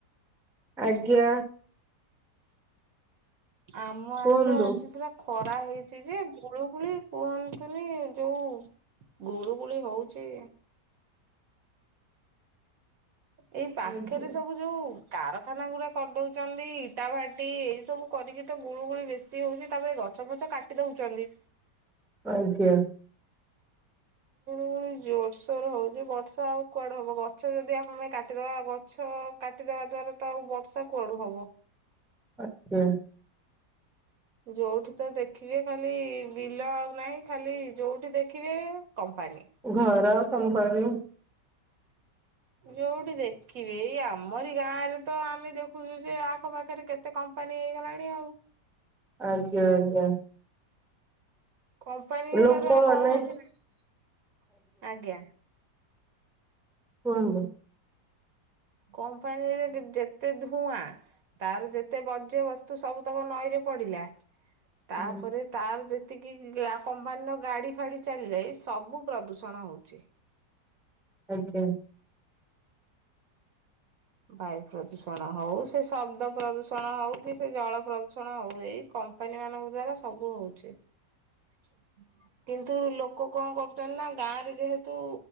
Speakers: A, in the centre; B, on the right.
A: ଆଜ୍ଞା
B: ଆମ ଆଡେ
A: କୁହନ୍ତୁ।
B: ତ ଆଜି ପୁରା ଖରା ହେଇଛି ଯେ ଗୁଳୁଗୁଳି କୁହନ୍ତୁନି ଯୋଉ ଗୁଳୁଗୁଳି ହଉଚି ଏଇ ପାଖରେ
A: ଆଜ୍ଞା
B: ସବୁ ଯୋଉ କାରଖାନାଗୁରା କରିଦଉଛନ୍ତି ଇଟା ଭାଟି ଏଇ ସବୁ କରିକି ତ ଗୁଳୁଗୁଳି ବେଶୀ ହଉଛି ତାପରେ ଗଛଫଛ କାଟି ଦଉଛନ୍ତି
A: ଆଜ୍ଞା <inaudible>
B: ପୁଣି ଜୋରସୋର ହଉଛି ବର୍ଷା ଆଉ କୁଆଡେ ହବ ଗଛ ଯଦି ଆମେ କାଟିଦବା ଗଛ କାଟିଦବା ଦେବା ଦ୍ଵାରା ତ ଆଉ ବର୍ଷା କୁଆଡୁ ହବ
A: ଆଜ୍ଞା <inaudible>
B: ଯୋଉଠି ତ ଦେଖିବେ ଖାଲି ବିଲ ଆଉ ନାହିଁ ଖାଲି ଯୋଉଠି ଦେଖିବେ କମ୍ପାନୀ।
A: ଘର କମ୍ପାନୀ
B: ଯୋଉଠି ଦେଖିବେ ଏଇ ଆମରି ଗାଁରେ ତ ଆମେ ଦେଖୁଛୁ ଯେ ଆଖପାଖରେ କେତେ ଏତେ କମ୍ପାନୀ ହେଇଗଲାଣି ଆଉ
A: ଆଜ୍ଞା ଆଜ୍ଞା।
B: କମ୍ପାନୀ ହେଲା
A: ଲୋକମାନେ
B: ଦ୍ୱାରା କଣ ହଉଛି ନା ଆଜ୍ଞା
A: କୁହନ୍ତୁ
B: କମ୍ପାନୀରେ ଯେତେ ଧୂଆଁ ତାର ଯେତେ ବର୍ଜ୍ୟ ବସ୍ତୁ ସବୁତକ ନଈରେ ପଡିକି ଲା ତାପରେ
A: ହୁଁ
B: ତାର ଯେ ଯେତିକି କମ୍ପାନୀର ଗାଡିଫାଡି ଚାଲିଲେ ସବୁ ପ୍ରଦୂଷଣ ହଉଛି
A: ଆଜ୍ଞା।
B: ବାୟୁ ପ୍ରଦୂଷଣ ହଉ ସେ ଶବ୍ଦ ପ୍ରଦୂଷଣ ହଉ କି ସେ ଜଳ ପ୍ରଦୂଷଣ ହଉ ଏଇ କ କମ୍ପ
A: <inaudible>
B: ହୁଁ। କିନ୍ତୁ ଲୋକ କଣ କରୁଛନ୍ତି ନା ଗାଁରେ ଯେହେତୁ